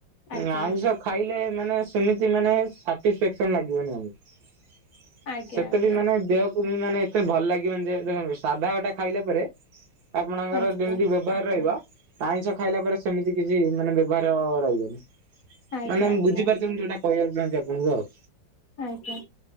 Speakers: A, on the left; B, on the right.
A: ଆଜ୍ଞା
B: ଆଇଁଷ ଖାଇଲେ ମାନେ ସେମିତି ମାନେ ସାଟିସେକ୍ସନ ଲାଗିବନି ଆମକୁ
A: ଆଜ୍ଞା
B: ସେତେ
A: ଆଜ୍ଞା
B: ବି ମାନେ ଦେହକୁ ବି ମାନେ ଏତେ ଭଲ ଲାଗିବନ ଯେ, ଦେଖନ୍ତୁ ସାଧା ଗୋଟେ ଖାଇଲା ପରେ ଆପଣଙ୍କର
A: ଆଜ୍ଞା
B: ଯେମିତି ବ ବ୍ୟବହାର ରହିବ, ଆଇଁଷ ଖାଇଲା ପରେ ସେମିତି କିଛି ମାନେ ବ୍ୟବହାର ରହିବନି।
A: ଆଜ୍ଞା
B: ମାନେ
A: ଆଜ୍ଞା
B: ବୁଝିପାରୁଚନ୍ତି ଯୋଉଟା କହିବାକୁ ଚାହୁଁଚି ଆପଣଙ୍କୁ ଆଉ
A: ଆଜ୍ଞା।